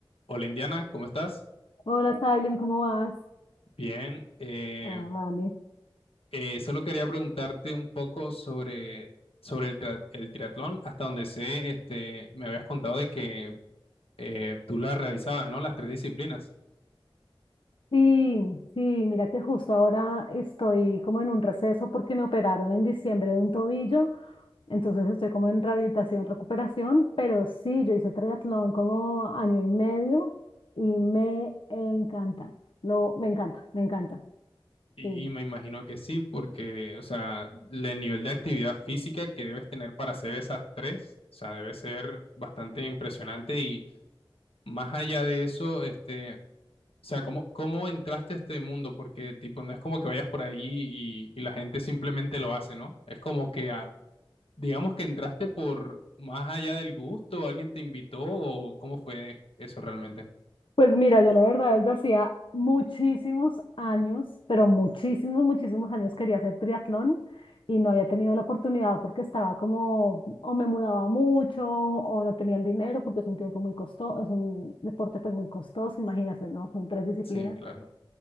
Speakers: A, on the left; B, on the left.
A: Hola Indiana, ¿cómo estás?
B: Hola, Silent, ¿cómo vas?
A: Bien, eh,
B: Ah, vale.
A: eh, solo quería preguntarte un poco sobre, sobre el, tra- el triatlón. Hasta donde sé, este, me habías contado de que eh, tú la realizabas, ¿no? Las tres disciplinas.
B: Sí, sí, mira que justo ahora estoy como en un receso porque me operaron en diciembre de un tobillo, entonces estoy como en rehabilitación, recuperación, pero sí, yo hice triatlón como año y medio y me encanta, lo, me encanta, me encanta,
A: Y,
B: sí.
A: y me imagino que sí, porque, o sea, le- el nivel de actividad física que debes tener para hacer esas tres, o sea, debe ser bastante impresionante. Y más allá de eso, este, O sea, ¿cómo, cómo entraste a este mundo? Porque, tipo, no es como que vayas por ahí y, y la gente simplemente lo hace, ¿no? Es como que, ah, digamos que entraste por más allá del gusto, alguien te invitó o cómo fue eso realmente.
B: Pues mira, yo la verdad desde hacía muchísimos años, pero muchísimos, muchísimos años quería hacer triatlón y no había tenido la oportunidad porque estaba como, o me mudaba mucho o no tenía el dinero porque es un tiempo muy costoso, es un deporte pues muy costoso, imagínate, ¿no? Son tres disciplinas.
A: Sí, claro.